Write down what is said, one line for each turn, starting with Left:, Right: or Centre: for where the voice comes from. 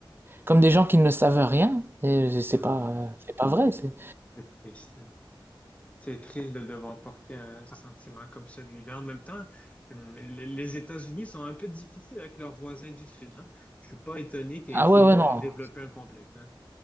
Right: comme des gens qui ne savent rien, et c'est
Left: hmm.
Right: pas, c'est pas vrai. c'est-
Left: C'est triste. C'est triste de devoir porter un sentiment comme celui-là. En même temps, hum, le- les États-Unis sont un peu difficiles avec leurs voisins du Sud. hein. Je suis pas étonné qu'ils
Right: Ah
Left: finissent
Right: ouais, ouais,
Left: par
Right: non,
Left: développer un complexe. hein.